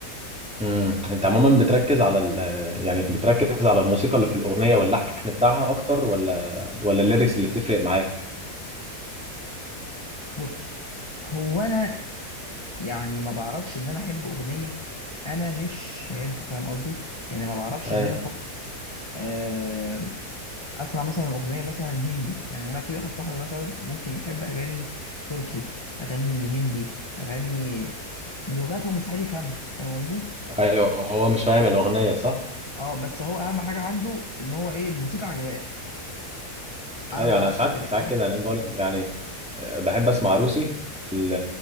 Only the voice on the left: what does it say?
بص هو انا يعني ما بعرفش ان انا احب اغنيه انا مش فاهمها فاهم قصدي يعني ما بعرفش
ان انا فوق آه، اسمع مثلا اغنيه مثلا هندي يعني انا في واحد صاحبي مثلا ممكن يحب اغاني تركي اغاني هندي اغاني من لغات هو مستحيل يفهمها فاهم قصدي
اه بس هو اهم حاجه عنده ان هو ايه الموسيقى عجباه انا
ما اعرفش
كده
بصراحه